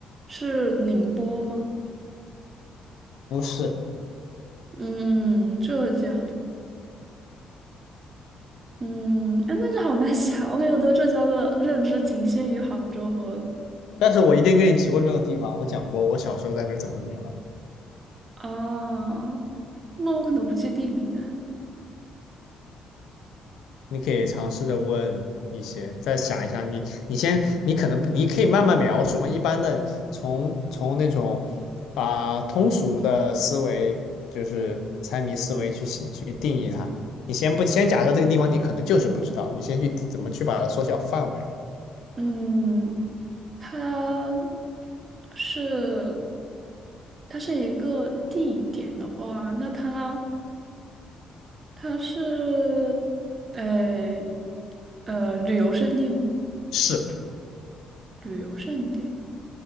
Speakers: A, on the right; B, on the left.
A: 是宁波吗？
B: 不是，
A: 嗯，浙江，嗯，哎，那就好难想。我感觉我对浙江的认知仅限于杭州和
B: 但是我一定跟你提过这个地方，我讲过我小时候在那儿怎么怎么了，
A: 啊，那我可能不记地名哎。
B: 你可以尝试着问一些，再想一下，你你先，你可能不，你可以慢慢描述嘛，一般的从从那种啊、通俗的思维，就是猜谜思维去写去定义它，你先不先假设这个地方你可能就是不知道，你先去怎么去把它缩小范围，
A: 嗯，它是它是一个地点的话，那它它是，呃，呃，旅游胜地吗？
B: 是，
A: 旅游胜地，